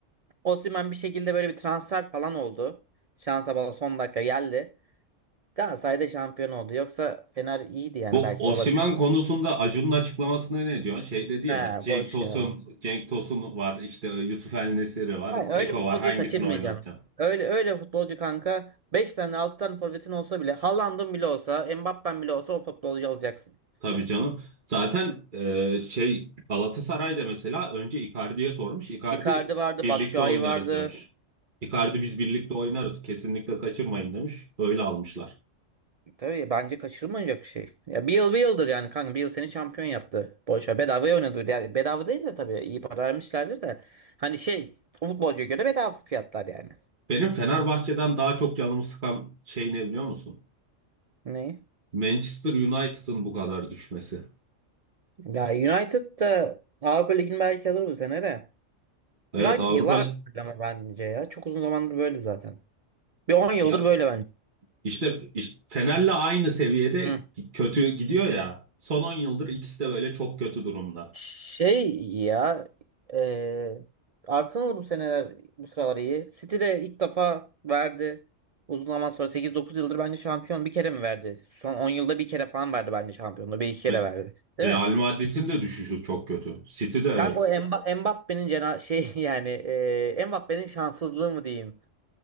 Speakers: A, on the right; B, on the right.
A: Osimhen bir şekilde böyle bir transfer falan oldu. Şansa bala son dakika geldi. Galatasaray da şampiyon oldu. Yoksa Fener iyiydi yani
B: Bu
A: belki
B: Osimhen
A: olabilir.
B: konusunda Acun'un açıklamasına ne diyorsun? Şey dedi ya
A: He
B: Cenk
A: boş
B: Tosun,
A: ya.
B: Cenk Tosun var işte Yusuf El Nesiri var,
A: Yani
B: Ceko
A: öyle futbolcuyu
B: var hangisini
A: kaçırmayacaksın.
B: oynatacaksın?
A: Öyle öyle futbolcu kanka 5 tane 6 tane forvetin olsa bile Haaland'ın bile olsa Mbappen bile olsa o futbolcuyu alacaksın.
B: Tabii canım. Zaten e, şey Galatasaray'da mesela önce Icardi'ye sormuş. Icardi
A: Icardi vardı,
B: birlikte
A: Batshuayi
B: oynarız
A: vardı.
B: demiş. Icardi biz birlikte oynarız kesinlikle kaçırmayın demiş. Öyle almışlar.
A: Tabii bence kaçırılmayacak bir şey. Ya bir yıl bir yıldır yani kanka bir yıl seni şampiyon yaptı. Boşa bedavaya oynadı. Yani bedava değil de tabii iyi para vermişlerdir de. Hani şey o futbolcuya göre bedava fiyatlar yani.
B: Benim Fenerbahçe'den daha çok canımı sıkan şey ne biliyor musun?
A: Ne?
B: Manchester United'ın bu kadar düşmesi.
A: Ya United da Avrupa Ligi'ni belki alır bu sene de.
B: Evet
A: United
B: Avrupa
A: yıllar ama bence ya. Çok uzun zamandır böyle zaten. Bir 10 yıldır
B: ya
A: böyle bence
B: işte, işte Fener'le aynı seviyede
A: Hı.
B: kötü gidiyor ya. Son 10 yıldır ikisi de böyle çok kötü durumda.
A: Şey ya eee Arsenal bu seneler bu sıralar iyi. City de ilk defa verdi. Uzun zaman sonra sekiz dokuz yıldır bence şampiyon bir kere mi verdi? Son 10 yılda bir kere falan verdi bence şampiyonluğu. Bir iki kere
B: Mes-
A: verdi. Değil
B: Real
A: mi?
B: Madrid'in de düşüşü çok kötü. City de evet.
A: Kanka o Mba- Mbappé'nin cena şey <laughs> yani eee Mbappé'nin şanssızlığı mı diyeyim?